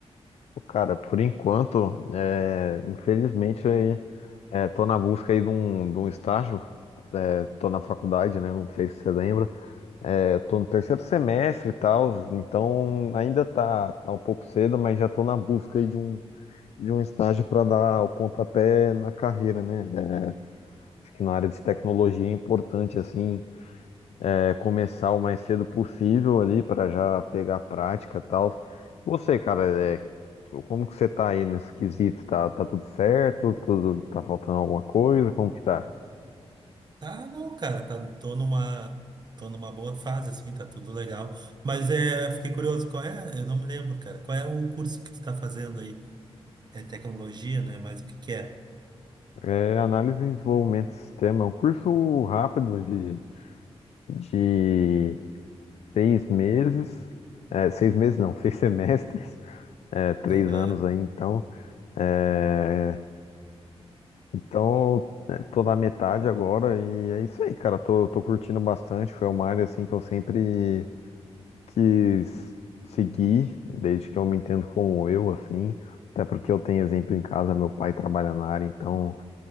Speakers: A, on the left (about 80°); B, on the right (about 40°).
A: Ô, cara, por enquanto, é, infelizmente, aí, é, tô na busca aí de um, de um estágio, é, tô na faculdade, né? Não sei se você lembra. É, tô no terceiro semestre e tal, então ainda tá, tá um pouco cedo, mas já tô na busca aí de um, de um estágio para dar o pontapé na carreira, né? É, acho que na área de tecnologia é importante, assim, É começar o mais cedo possível ali para já pegar a prática e tal. Você, cara, é, como que você tá aí nesse quesito? Tá, tá tudo certo? Tudo tá faltando alguma coisa? Como que tá?
B: Tá, não, cara, tá, tô numa, tô numa boa fase, assim, tá tudo legal. Mas é, fiquei curioso, qual é? Eu não me lembro, cara. Qual é o curso que tu tá fazendo aí? É tecnologia, né? Mas o que que é?
A: É, análise e desenvolvimento de sistema é um curso rápido de, de seis meses. É, seis meses não, <laughs> seis semestres. É, três
B: Aham,
A: anos aí, então. É, Então, é, tô na metade agora e é isso aí, cara. Tô, tô curtindo bastante. Foi uma área assim que eu sempre quis seguir, desde que eu me entendo como eu, assim. Até porque eu tenho exemplo em casa, meu pai trabalha na área, então